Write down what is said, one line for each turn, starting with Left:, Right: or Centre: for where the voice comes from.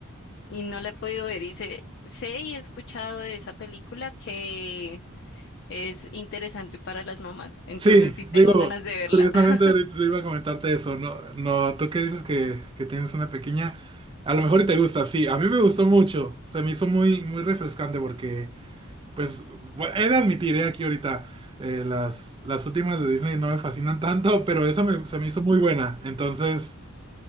Left: Y no la he podido ver. Y sé, sé y he escuchado de esa película que es interesante para las mamás. Entonces
Right: Sí,
Left: sí tengo
Right: digo,
Left: ganas de verla.
Right: curiosamente
Left: <laughs>
Right: ahorita te iba a comentarte eso, no, no, tú que dices que, que tienes una pequeña, a lo mejor y te gusta, sí, a mí me gustó mucho, se me hizo muy, muy refrescante porque, pues, bu- he de admitir, eh, aquí ahorita, eh, las, las últimas de Disney no me fascinan tanto, pero esa me- se me hizo muy buena, entonces,